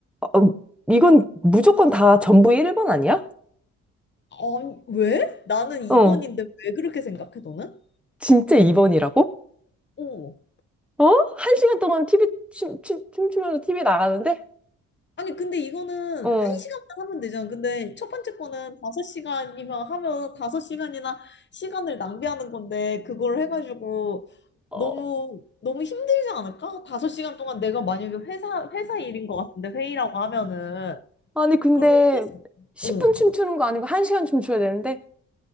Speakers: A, in the centre; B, on the left.
A: 어, 이건 무조건 다 전부 1번 아니야?
B: 아, 왜? 나는 2번인데
A: 어,
B: 왜 그렇게 생각해, 너는?
A: 진짜 2번이라고?
B: 어.
A: 어? 한 시간 동안 TV, 춤, 춤, 춤추면서 TV 나가는데?
B: 아니 근데 이거는
A: 어.
B: 한 시간만 하면 되잖아. 근데 첫 번째 거는 다섯 시간이면 하면 다섯 시간이나 시간을 낭비하는 건데 그걸 해가지고
A: 어.
B: 너무 너무 힘들지 않을까? 다섯 시간 동안 내가 만약에 회사 회사 일인 것 같은데 회의라고 하면은
A: 아니, 근데
B: 그러면 회사
A: 10분
B: 응,
A: 춤추는 거 아니고 한 시간 춤춰야 되는데?